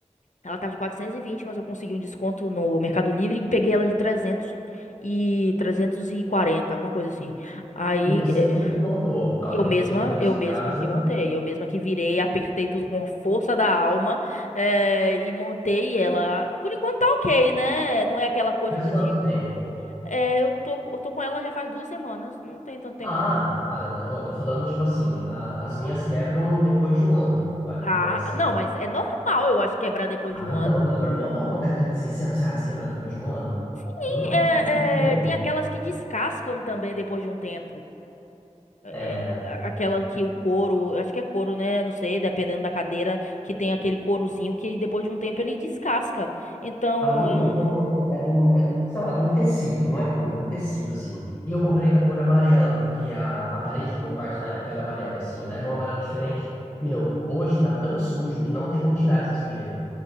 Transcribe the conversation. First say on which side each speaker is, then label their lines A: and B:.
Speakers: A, on the left; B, on the left.
A: Ela tava de 420 mas eu consegui um desconto no Mercado Livre e peguei ela de 300 e 340 alguma coisa assim. Aí
B: E você
A: é,
B: mesmo que montou, a
A: eu
B: hora
A: mesma,
B: que ela chegou aí na
A: eu
B: sua
A: mesma
B: casa.
A: que montei, eu mesma que virei, apertei tudo com a força da alma é, e montei ela. Por enquanto tá ok, né? Não é aquela coisa
B: Faz
A: que eu
B: quanto
A: digo
B: tempo?
A: é, eu tô, co- eu tô com ela já faz duas semanas. Não tem tanto tempo
B: Ah,
A: assim, né?
B: para, não. Eu tô falando, tipo assim, a- as minhas quebram depois de um ano. Vai,
A: Ah,
B: vamos pôr assim.
A: não, mas é normal, eu acho, quebrar depois
B: Ah,
A: de um ano.
B: não, não é normal não. Uma cadeira de 600 reais quebrar depois de um ano?
A: E,
B: Não,
A: é,
B: não acho que é.
A: é, tem aquelas que descascam também depois de um tempo. É,
B: É,
A: é, a- aquela que o couro, eu acho que é couro, né? Não sei, dependendo da cadeira, que tem aquele courozinho que depois de um tempo ele descasca. Então,
B: a minha,
A: é,
B: como é de um, é, sei lá, de um tecido, não é cor, é um tecido, assim. E eu comprei da cor amarela, porque a, a parede do meu quarto na época era amarela, assim. Daí era um amarelo diferente. Meu, hoje tá tão sujo que não tem como tirar essa sujeira.